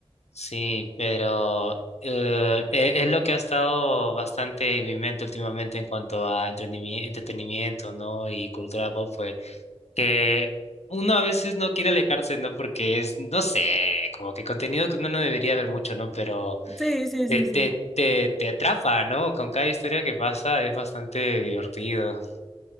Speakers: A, on the left; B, in the centre.
A: Sí, pero eh, e- es lo que ha estado bastante en mi mente últimamente en cuanto a entrenimi- entretenimiento, ¿no? Y cultura pop fue que uno a veces no quiere alejarse, ¿no? Porque es, no sé, como que contenido que uno no debería ver mucho, ¿no? Pero
B: Sí, sí,
A: te,
B: sí, sí.
A: te, te, te atrapa, ¿no? Con cada historia que pasa es bastante divertido.